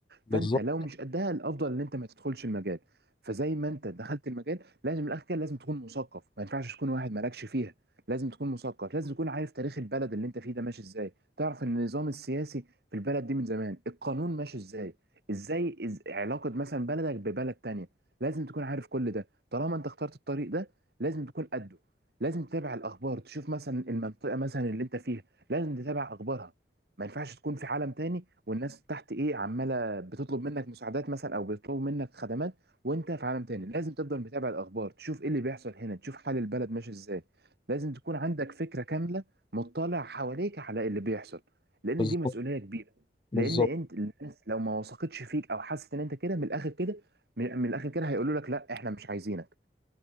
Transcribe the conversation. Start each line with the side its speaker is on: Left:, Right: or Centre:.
Left: بالظبط
Right: فانت لو مش قدها الافضل ان انت ما تدخلش المجال فزي ما انت دخلت المجال لازم من الاخر كده لازم تكون مثقف ما ينفعش تكون واحد مالكش فيها لازم تكون مثقف لازم تكون عارف تاريخ البلد اللي انت فيه ده ماشي ازاي تعرف ان النظام السياسي في البلد دي من زمان القانون ماشي ازاي ازاي إز... علاقة مثلا بلدك ببلد تانية لازم تكون عارف كل ده طالما انت اخترت الطريق ده لازم تكون قده لازم تتابع الاخبار تشوف مثلا المنطقه مثلا اللي انت فيها لازم تتابع اخبارها ما ينفعش تكون في عالم تاني والناس تحت ايه عماله بتطلب منك مساعدات مثلا او بيطلبوا منك خدمات وانت في عالم تاني لازم تفضل متابع الاخبار تشوف ايه اللي بيحصل هنا تشوف حال البلد ماشي ازاي لازم تكون عندك فكره كامله مطلع حواليك على اللي بيحصل لان
Left: بالظبط
Right: دي مسؤوليه كبيره
Left: بالظبط
Right: لان انت الناس لو ما وثقتش فيك او حست ان انت كده من الاخر كده من من الاخر كده هيقولوا لك لا احنا مش عايزينك